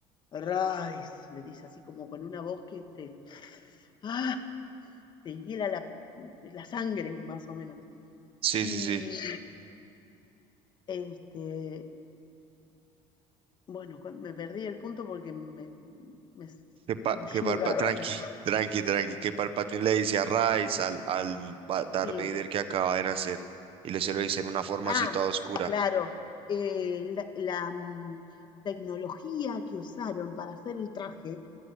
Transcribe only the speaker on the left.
Rise, le dice así como con una voz que te, ¡ah! te hiela la, la sangre, más o menos.
Y
este, Bueno, cua- me perdí el punto porque me, me
subyuga.
es-
sí.
Ah,
claro. eh, la, la, mm, tecnología que usaron para hacer el traje